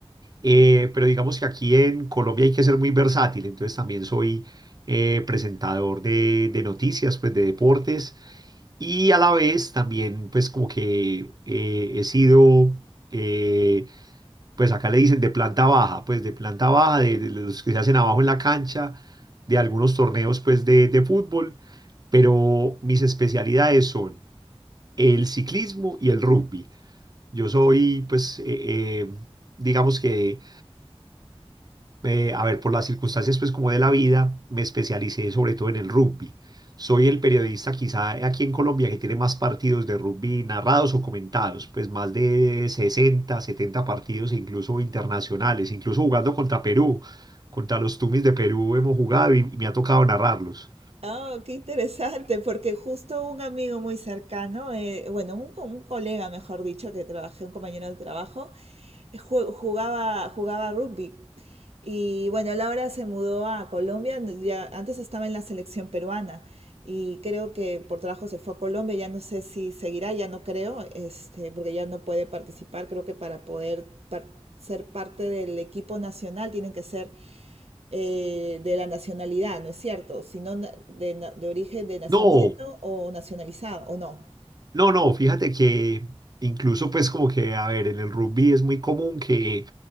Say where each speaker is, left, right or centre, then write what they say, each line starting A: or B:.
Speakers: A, on the right; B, on the right.
A: eh, pero digamos que aquí en Colombia hay que ser muy versátil, entonces también soy eh, presentador de, de noticias, pues de deportes, y a la vez también pues como que eh, he sido... eh, pues acá le dicen de planta baja, pues de planta baja, de, de los que se hacen abajo en la cancha, de algunos torneos pues de, de fútbol, pero mis especialidades son el ciclismo y el rugby. Yo soy pues, eh, eh, digamos que eh, a ver, por las circunstancias pues como de la vida, me especialicé sobre todo en el rugby. Soy el periodista quizá eh, aquí en Colombia que tiene más partidos de rugby narrados o comentados, pues más de 60, 70 partidos e incluso internacionales, incluso jugando contra Perú, contra los Tumis de Perú hemos jugado y, y me ha tocado narrarlos.
B: Ah, qué interesante, porque justo un amigo muy cercano, eh, bueno, un, co- un colega, mejor dicho, que trabajé, un compañero de trabajo, ju- jugaba, jugaba rugby. Y bueno, él ahora se mudó a Colombia, n- ya, antes estaba en la selección peruana y creo que por trabajo se fue a Colombia, ya no sé si seguirá, ya no creo, este, porque ya no puede participar, creo que para poder par- ser parte del equipo nacional tienen que ser eh, de la nacionalidad, ¿no es cierto? Sino na- de, na- de origen de nacimiento
A: No,
B: o nacionalizado, ¿o no?
A: No, no, fíjate que incluso pues como que, a ver, en el rugby es muy común que